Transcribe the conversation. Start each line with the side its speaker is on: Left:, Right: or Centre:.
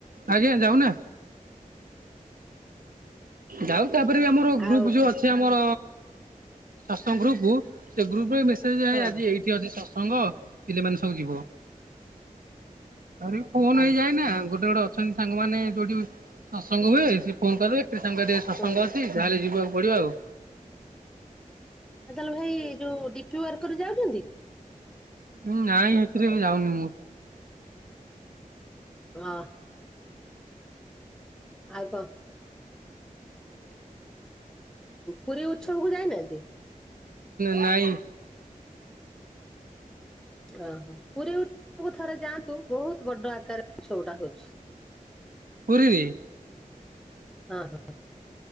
Right: ଆଜ୍ଞା ଯାଉନା। ଯାଉ ତାପରେ ବି ଆମର ଗ୍ରୁପ୍
Centre: ଆଉ
Right: ଯେଉଁ ଅଛି ଆମର ଶସଙ୍ଗ ଗ୍ରୁପ୍ ସେ ଗ୍ରୁପରେ ମେସେଜ
Centre: ହଁ
Right: ଆଜି ଏଇଠି ଅଛି ସତ୍ସଙ୍ଗ ପିଲାମାନେ ସବୁ ଯିବ। ଆରେ ଫୋନ
Centre: ହଁ ହଁ
Right: ହେଇଯାଏ ନା ଗୋଟେ ଗୋଟେ ଅଛନ୍ତି ସାଙ୍ଗ ମାନେ ଯୋଉଠି ସତ୍ସଙ୍ଗ ହୁଏ। ସେ ଫୋନ କରିଦେବେ ଏ ସାଙ୍ଗ ଏଠି ଆଜି ସତ୍ସଙ୍ଗ
Centre: ଆଉ
Right: ଅଛି। ତାହେଲେ ଯିବାକୁ ପଡ଼ିବ ଆଉ।
Centre: ଆ ତାହେଲେ ଭାଇ ଯୋଉ ଡିପି ୱାର୍କରେ ଯାଉଛନ୍ତି।
Right: ହୁଁ ନାଁ ନାଁ ସେଥିରେ ଯାଉନି ମୁଁ।
Centre: ହଁ ଆଉ କଣ। ପୁରୀ ଉତ୍ସବକୁ ଯାଇନାହାନ୍ତି।
Right: ନାଇଁ।
Centre: ଓହୋ ପୁରୀ <unintelligible> ଥରେ ଯାଆନ୍ତୁ ବହୁତ ବଡ ଆକାରରେ ଉତ୍ସବ ଟା ହଉଛି।
Right: ପୁରୀରେ?
Centre: ହଁ ହଁ।